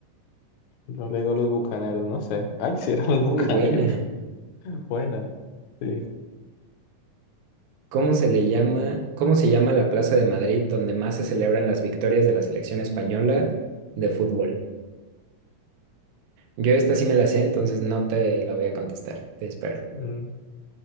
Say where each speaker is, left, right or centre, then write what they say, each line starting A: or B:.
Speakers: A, on the left; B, on the right.
A: Yo le digo los bucaneros, no sé. <laughs> Ay, si eran los
B: Uy,
A: bucaneros.
B: buena.
A: <laughs> Buena, sí.
B: ¿Cómo se le llama, cómo se llama la Plaza de Madrid donde más se celebran las victorias de la selección española de fútbol? Yo esta sí me la sé, entonces no te la voy a contestar. Te espero.
A: Mm,